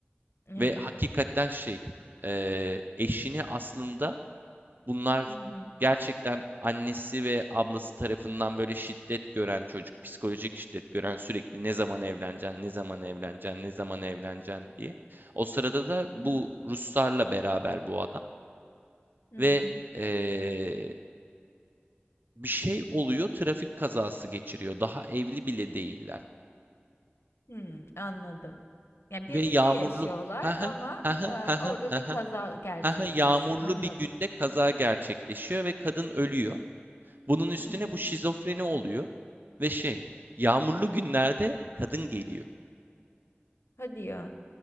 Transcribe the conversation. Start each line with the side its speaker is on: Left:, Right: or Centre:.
Left: Evet.
Right: Ve hakikaten şey, eee, eşini aslında bunlar
Left: Hı hı,
Right: gerçekten annesi ve ablası tarafından böyle şiddet gören çocuk, psikolojik şiddet gören sürekli ne zaman evleneceksin, ne zaman evleneceksin, ne zaman evleneceksin diye. O sırada da
Left: hı
Right: bu
Left: hı,
Right: Ruslarla beraber bu adam
Left: hı
Right: ve
Left: hı.
Right: eee, bir şey oluyor, trafik kazası geçiriyor. Daha evli bile değiller.
Left: Hımm, anladım. Yani, birlikte
Right: Ve yağmurlu
Left: yaşıyorlar
Right: ha
Left: ama,
Right: ha ha ha
Left: aaa,
Right: ha
Left: orada
Right: ha
Left: bir kaza gerçekleşiyor.
Right: yağmurlu
Left: Anladım.
Right: bir günde kaza gerçekleşiyor ve kadın ölüyor. Bunun üstüne
Left: Hı hı.
Right: bu şizofreni oluyor ve şey yağmurlu günlerde kadın geliyor.
Left: Hadi ya.